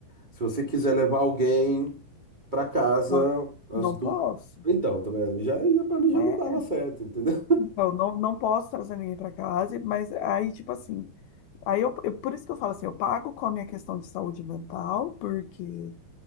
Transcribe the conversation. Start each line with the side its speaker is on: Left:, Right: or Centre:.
Right: se você quiser levar alguém pra casa,
Left: não,
Right: as
Left: não
Right: du...
Left: posso.
Right: Então, tá vendo? Já, já para mim já
Left: É,
Right: não dava certo, entendeu?
Left: então, não, não posso trazer ninguém para casa, mas aí, tipo assim, aí eu, eu- por isso que eu falo assim, eu pago com a minha questão de saúde mental, porque